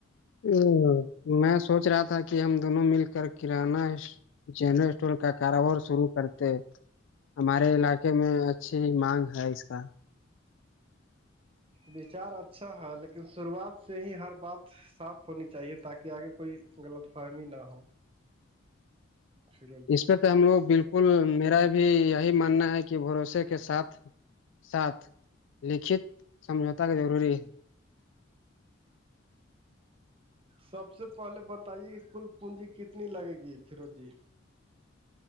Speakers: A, on the left; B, on the right.
A: ا میں سوچ رہا تھا کہ ہم دونوں مل کر کرانا ہے جن اسٹول کا کاراوار سرو کرتے ہمارے علاقے میں اچھی مانگ ہے اس کا
B: وچار اچھا ہے لیکن شروعات سے ہی ہر بات صاف ہونی چاہیے تاکہ آگے کوئی غلط فاہمی نہ ہو فیروز جی
A: اس پہ تو ہم لوگ بالکل میرا بھی یہی ماننا ہے کہ بھروسے کے ساتھ ساتھ لکھت سمجھوتا کا ضروری
B: سب سے پہلے بتے کہ کل پونجی کتنی لگے گی فیرو جی